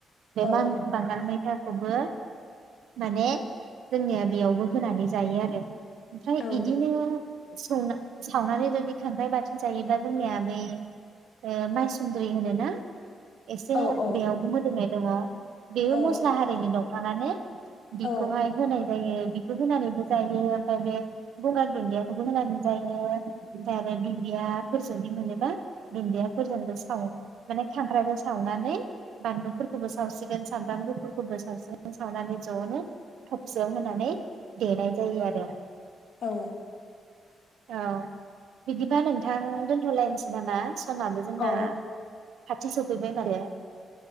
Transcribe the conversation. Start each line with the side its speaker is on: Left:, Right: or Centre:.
Right: बे
Left: औ
Right: मां बांगाल मैथा खौबो माने जोंनिया बेयावबो होनानै जायो आरो। ओमफ्राय
Left: औ
Right: इदिनो संना सावनानै जुदि खांख्राइ बाथोन जायोबा जोंनिया बे ओ मायसुन्दुरि होनो ना? एसे
Left: औ
Right: बेयावबो मोदोमनाय दङ। बेबो
Left: औ
Right: मस्ला हारिनि दं। थारमाने बिखौहाय
Left: औ
Right: होनाय जायो बेखौ होनानैबो जायो ओमफाय बे गंगार दुन्दियाखौबो होनानै जायो ओमफाय आरो दुदियाफोरजोंदि मोनोबा दुन्दिया फोरजोंबो सावो माने खांख्रायखो सावनानै बानलु फोरखौबो सावसिगोन सानफ्राम गुफु फोरखौबो सावसिगोन सावनानै जनो थबसियाव होनानै देनाय जायो आरो।
Left: औ।
Right: औ बिदिबा नोंथां दोनथलायनोसै नामा? समाबो जोंना
Left: औ
Right: खाथि सौफैबाय माथो